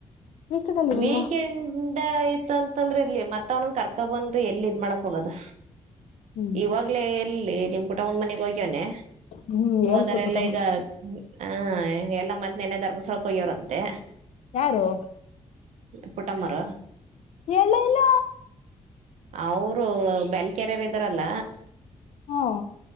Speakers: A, on the left; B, on the right.
A: ವೀಕೆಂಡ್ ಅಲ್ಲಿ ಇರಲ್ವಾ
B: ವೀಕೆಂಡ್ ಆಯತ್ತ ಅಂತಂದ್ರೆ ಅಲ್ಲಿ ಮತ್ತ ಅವನ ಕರ್ಕೊ ಬಂದ ಎಲ್ಲಿ ಇದ ಮಾಡಕ ಹೋಗೋದು
A: ಹ್ಮ್
B: ಇವಾಗಲೇ ಎಲ್ಲಿ ನಿಮ್ಮ ಪುಟವನ ಮನೆಗ ಹೋಗ್ಯವನೆ
A: ಹ್ಮ್
B: ಹೋದರೆ
A: ಹೇಳ್ತು ಪುಟಮ್ಮ
B: ಎಲ್ಲ ಈಗ ಹಾ ಎಲ್ಲ ಮತ್ತ ನಿನ್ನೆ ಧರ್ಮಸ್ಥಳಕ್ಕೆ ಹೋಗಿ ಅವರಂತೆ
A: ಯಾರು
B: ಪುಟ್ಟಮ್ಮರ
A: ಹೇಳೇ ಇಲ್ಲ
B: ಅವರು ಬೆಲಕೆರೆರೆ ಇದರಲ್ಲ
A: ಹ್ಮ